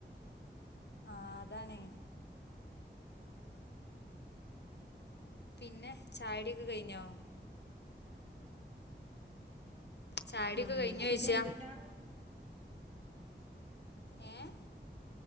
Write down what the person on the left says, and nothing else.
ആഹ് അതാണേ പിന്നെ ചായടിയൊക്കെ കഴിഞ്ഞോ ചായടിയൊക്കെ
കഴിഞ്ഞോ ചോഴിച്ചാ
ഏഹ്